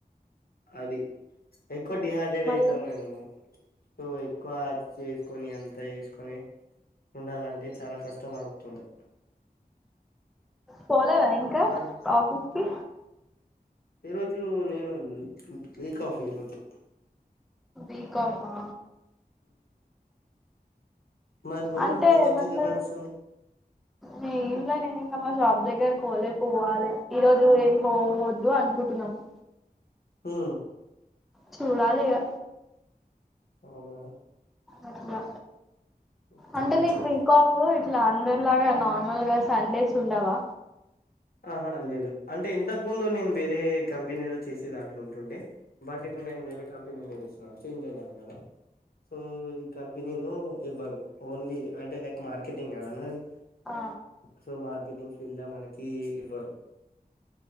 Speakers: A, on the left (about 70°); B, in the centre.
A: అది, ఎక్కువ డిహైడ్రేట్
B: మళ్ళీ
A: అయితాం మేము సో ఎక్కువ అది చే కని అంత చేసుకొని ఉండాలంటే చాలా కష్టమగుతుంది,
B: పోలేదా ఇంకా
A: మరి
B: ఆఫీస్ కి
A: ఈ రోజు నేను వీక్ ఆఫ్, ఈరోజు
B: వీక్ అఫ్ హ,
A: మరి నువ్వు
B: అంటే
A: నీ వర్క్
B: ఏమంట
A: ఎలా నడుస్తుంది
B: నే ఇంగా నేను ఇంకా మా షాప్ దగ్గరకి పోలే పోవాలే, ఈ రోజు ఏం పోవద్దు అనుకుంటున్నాము,
A: హు
B: చూడాలిగా
A: అవునా
B: అట్లా
A: అచ్చా
B: అంటే
A: అచ్చా
B: మీకు వీక్ అఫ్ ఇట్లా అందరిలాగా అ నార్మల్ గా సండేస్ ఉండవా,
A: ఆహా లేదు అంటే ఇంతకుముందు. నేను వేరే కంపెనీలో చేసే దాంట్లో ఉంటుండే. బట్ ఇప్పుడు నేను వేరే కంపెనీలో చేసినాను. చేంజ్ అయ్యాను కదా, సో విల్ కం <unintelligible> లో ఇవ్వారు ఓన్లీ అంటే లైక్ మార్కెటింగ్ కాద నాది
B: ఆ
A: సో మార్కెటింగ్ ఫీడ్ల మనక్ కి ఇవ్వరు